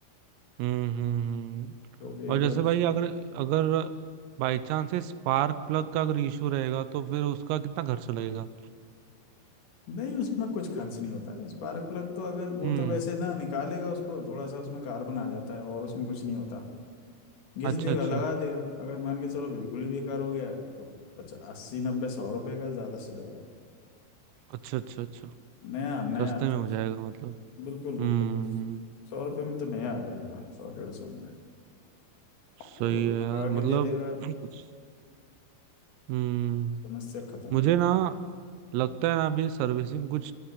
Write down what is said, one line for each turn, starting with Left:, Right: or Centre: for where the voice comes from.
Right: हम्म हम्म हम्म।
Left: तो एक
Right: और
Left: बार
Right: जैसे भाई अगर अगर बाई चांस से स्पार्क प्लग का अगर इशू रहेगा तो फिर उसका कितना खर्चा लगेगा
Left: नहीं उसमें कुछ खर्च नहीं होता है स्पार्क प्लग तो अगर वो
Right: हम्म
Left: तो वैसे ना निकालेगा उसको थोड़ा सा उसमें कार्बन आ जाता है और उसमें कुछ नहीं होता घिस
Right: अच्छा
Left: देगा
Right: अच्छा
Left: लगा देगा अगर मान के चलो बिल्कुल ही बेकार हो गया तो अच्छा अस्सी नब्बे सौ रुपए का ज्यादा से ज्यादा
Right: अच्छा अच्छा अच्छा
Left: नया नया
Right: सस्ते
Left: आता
Right: में हो
Left: है
Right: जाएगा मतलब
Left: बिल्कुल बिल्कुल
Right: हम्म
Left: सौ रुपये में तो नया आ जाएगा सौ डेढ़ सौ में
Right: सही
Left: तो वो
Right: है
Left: लगा
Right: यार
Left: के
Right: मतलब
Left: दे देगा
Right: <clears throat> हम्म
Left: समस्या खत्म
Right: मुझे
Left: हो जाएगी
Right: ना लगता है ना अभी सर्विसिंग कुछ